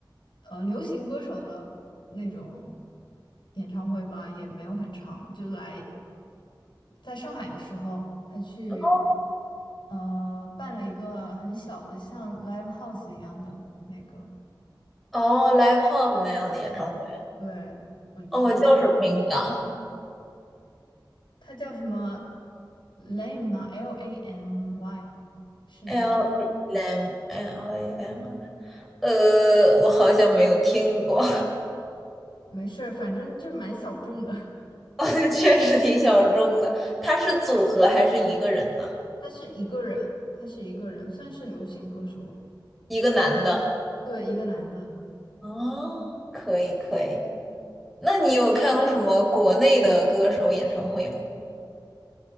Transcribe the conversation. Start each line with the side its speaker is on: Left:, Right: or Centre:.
Left: 呃流行歌手的那种演唱会吧，也没有很长，就来在上海的时候，他去
Centre: 哦
Left: 呃办了一个很小的像 live house 一样的那个，
Centre: 哦，Live House 那样的演唱会。
Left: 对。我去。
Centre: 哦，叫什么名字啊？
Left: 他叫什么 Lame 吗？L A M Y 是这个，
Centre: L A M l A M 啊呃，我好像没有听过，
Left: 没事儿，反正就是蛮小众的。<laughs>
Centre: <laughs> 好像确实挺小众的。他是组合还是一个人呢？
Left: 他是一个人，他是一个人，算是流行歌手了
Centre: 一个男的。
Left: 对，一个男的，
Centre: 哦，可以可以。那你有看过什么国内的歌手演唱会吗？